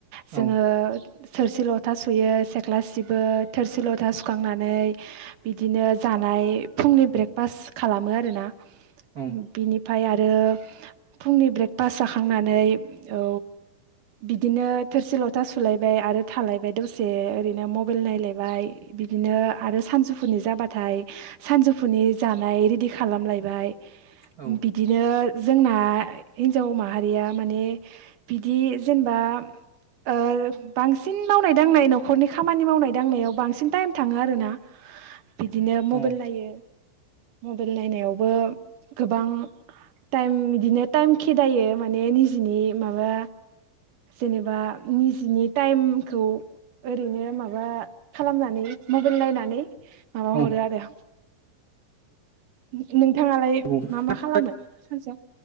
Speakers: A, on the right; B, on the right.
A: औ
B: जोङो थोरसि लथा सुयो सेख्ला सिबो थोरसि लथा सुखांनानै बिदिनो जा नाय फुंनि ब्रेकफाच खालामो आरोना
A: औ
B: बिनि ओमफाय आरो फुंनि ब्रेकफास्ट जाखांनानै औ बिदिनो थोरसि लथा सुलायबाय आरो थालायबाय दसे ओरैनो मबाइल नायलायबाय बिदिनो आरो सानजौफुनि जाबाथाय सानजौफुनि जानाय रेडि खालामलायबाय
A: औ
B: बिदिनो जोंना हिन्जाव माहारिया माने बिदि जेनबा ओ बांसिन मावनाय दांनाय नखरनि खामानि मावनाय दांनायाव बांसिन टाइम थाङो आरो ना बिदिनो मबेल
A: औ
B: नायो मबेल नायनायावबो गोबां टाइम बिदिनो टाइम खेेदायो माने निनि माबा जेनेबा निजिनि टाइमखौ ओरैनो माबा खालामनानै मबाइल नायनानै माबा
A: औ
B: हरो आरो नोंथाङालाय
A: फार्स्ट
B: मा मा खालामो सानसेयाव